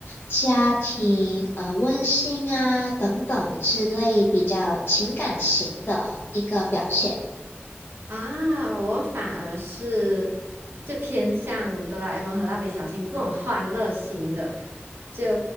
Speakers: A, on the left; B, on the right.
A: 家庭呃温馨啊等等之类比较情感型的一个表现。
B: 啊，我反而是就偏向哆啦 A 梦和蜡笔小新这种欢乐型的，就